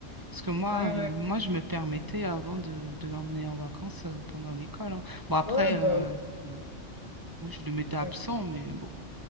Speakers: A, on the right; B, on the left.
A: Parce que moi,
B: ouais, ouais.
A: euh, moi, je me permettais avant de, de l'emmener en vacances euh, pendant l'école. hein. Bon, après,
B: Ouais, bah,
A: euh, bon, oui, je le mettais absent,
B: ouais.
A: mais bon,